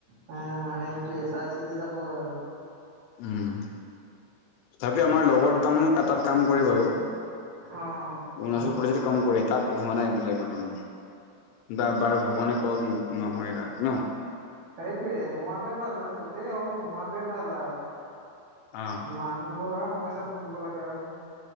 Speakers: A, on the right; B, on the left.
A: উম। চিতি যাব আৰু।
B: উম, তথাপিও আমাৰ লগৰ দুটামান তাৰতাত কাম কৰে বাৰু। অৰুণাচল
A: অ অ
B: প্ৰদেশতে কাম কৰে। তাত হোৱা নাই বোলে বৰ্তমান। দা বাৰ ভগৱানে কওক উম, নহয় তাক ন।
A: সেইটোয়ে। নোহোৱাটোৱেই ভাল বাৰু। যতেই হওঁক নোহোৱাটোৱেই ভাল আৰু।
B: অ',
A: মানুহবোৰৰ সমস্যাত ভুগিব লাগে আৰু।